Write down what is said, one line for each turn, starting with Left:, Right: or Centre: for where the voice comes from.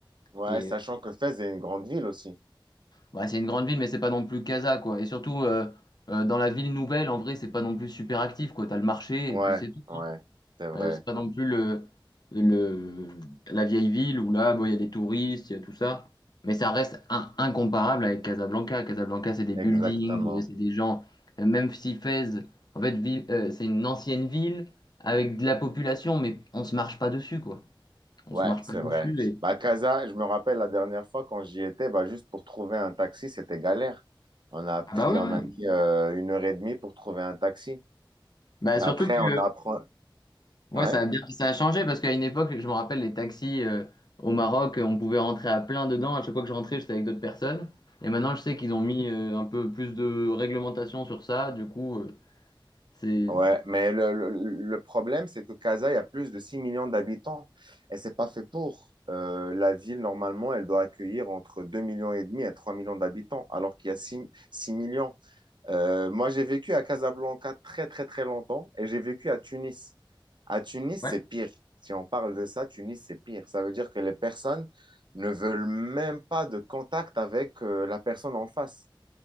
Right: Ouais,
Left: Et
Right: sachant que Fès est une grande ville aussi.
Left: Bah, c'est une grande ville, mais c'est pas non plus Casa, quoi. Et surtout, euh, euh, dans la ville nouvelle, en vrai, c'est pas non plus super actif, quoi. T'as le marché,
Right: Ouais,
Left: et puis c'est tout.
Right: ouais,
Left: hein.
Right: c'est vrai,
Left: Euh, c'est pas non plus le, le, la vieille ville où là, bon, il y a des touristes, il y a tout ça. Mais ça reste in- incomparable avec Casablanca. Casablanca, c'est des
Right: exactement.
Left: buildings, euh, c'est des gens. Euh, Même si Fès, en fait, ville, euh, c'est une ancienne ville avec de la population, mais on se marche pas dessus, quoi. On
Right: Ouais,
Left: se marche
Right: c'est
Left: pas dessus.
Right: vrai.
Left: Et...
Right: Bah, Casa, je me rappelle la dernière fois quand j'y étais, bah, juste pour trouver un taxi, c'était galère. On a pris,
Left: Ah bah ouais,
Right: on
Left: ouais.
Right: a mis euh, une heure et demie pour trouver un taxi.
Left: Bah,
Right: Et après,
Left: surtout que.
Right: on apprend.
Left: Ouais,
Right: Ouais,
Left: ça a bien, ça a changé parce qu'à une époque, je me rappelle les taxis euh, au Maroc, euh, on pouvait rentrer à plein dedans. À chaque fois que je rentrais, j'étais avec d'autres personnes. Et maintenant, je sais qu'ils ont mis euh, un peu plus de réglementation sur ça. Du coup, euh, c'est
Right: ouais. Mais le, le- le problème, c'est que Casa, il y a plus de 6 millions d'habitants et c'est pas fait pour. Euh, la ville, normalement, elle doit accueillir entre 2 millions et demi et 3 millions d'habitants, alors qu'il y a six six millions. Euh, moi, j'ai vécu à Casablanca très, très, très longtemps et j'ai vécu à Tunis. À Tunis,
Left: ouais.
Right: c'est pire. Si on parle de ça, Tunis, c'est pire. Ça veut dire que les personnes ne veulent même pas de contact avec euh, la personne en face.